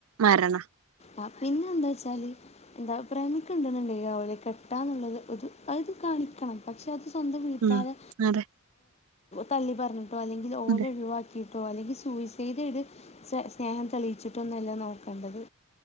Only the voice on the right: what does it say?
മരണാ
ഉം അതെ
അതെ